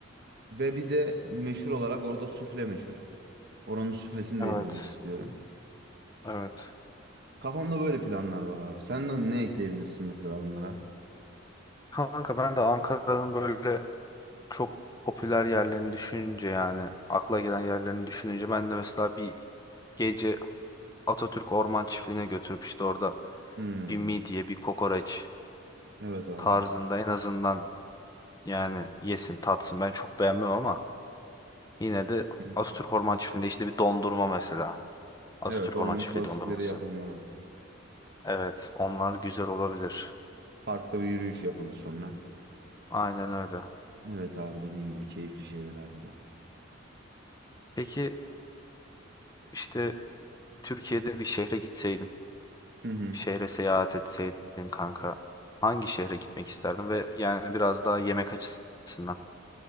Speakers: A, on the right; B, on the left.
A: ve bir de meşhur olarak orada sufle meşhur. Oranın suflesini
B: Evet.
A: de yedirmek istiyorum.
B: Evet.
A: Kafamda böyle planlar var abi. Sen de ne ekleyebilirsin mesela bunlara?
B: Kanka ben de Ankara'nın böyle çok popüler yerlerini düşününce yani akla gelen yerlerini düşününce ben de mesela bir gece Atatürk Orman Çiftliği'ne götürüp işte orada
A: Hmm,
B: bir midye bir kokoreç
A: evet abi.
B: tarzında en azından yani yesin tatsın ben çok beğenmem ama yine de
A: Hı.
B: Atatürk Orman Çiftliği'nde işte bir dondurma mesela Atatürk
A: Evet oranın
B: Orman Çiftliği
A: klasikleri
B: dondurması
A: yapılmalı.
B: evet onlar güzel olabilir
A: Parkta bir yürüyüş yapılır sonra.
B: aynen öyle
A: Evet abi dediğin gibi keyifli şeyler harbiden.
B: peki işte Türkiye'de bir şehre gitseydin
A: Hı hı.
B: şehre seyahat etseydin kanka hangi şehre gitmek isterdin ve yani biraz daha yemek açısından.